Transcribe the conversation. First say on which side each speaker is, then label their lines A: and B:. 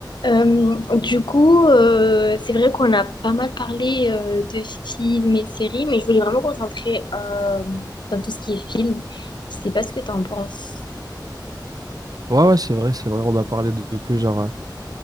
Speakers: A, on the left (about 75°); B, on the right (about 55°).
A: Euh, du coup, euh, c'est vrai qu'on a pas mal parlé euh, de films et de séries, mais je voulais vraiment me concentrer euh, dans tout ce qui est film. Je sais pas ce que tu en penses.
B: Ouais, ouais, c'est vrai, c'est vrai. On a parlé de, de plusieurs, euh,